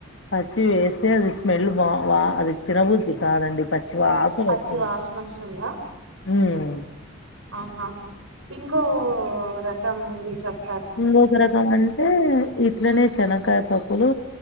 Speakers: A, on the left; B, on the right.
A: పచ్చి వేస్తే అది స్మెల్ బా వా అది తిన్నబుద్ధి కాదండి పచ్చి వాసవ
B: పచ్చి
A: వస్తుంది
B: వాసన వస్తుందా
A: ఉమ్
B: ఆహా ఇంకో రకం ఉంది చెప్ప
A: ఇంకొంక రకం అంటే ఇట్లనే చెనకాయ ప ప్పులు